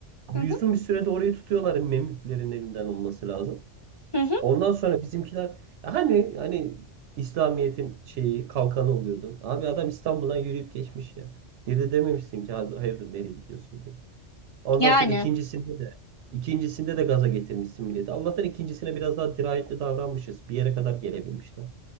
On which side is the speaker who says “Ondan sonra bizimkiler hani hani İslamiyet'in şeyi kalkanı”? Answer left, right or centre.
Right